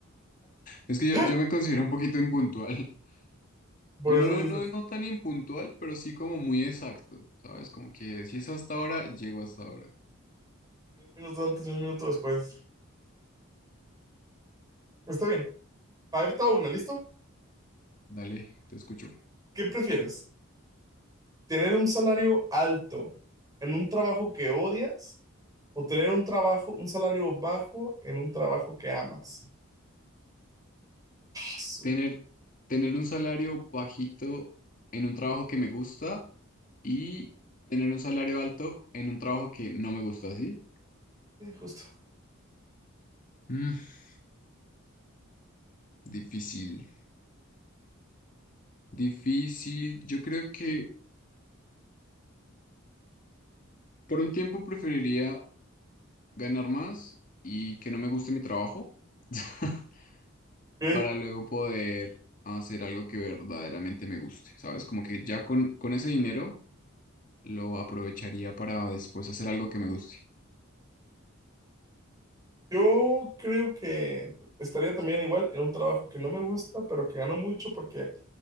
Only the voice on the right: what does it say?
<laughs>
Por
eso
dices,
ni un minuto antes, ni un minuto después. Está bien. Ahí te va una, ¿listo?
¿Qué prefieres? ¿Tener un salario alto en un trabajo que odias o tener un trabajo, un salario bajo en un trabajo que amas? Su-
eh, Justo.
Ok.
Yo creo que estaría también igual en un trabajo que no me gusta, pero que gano mucho porque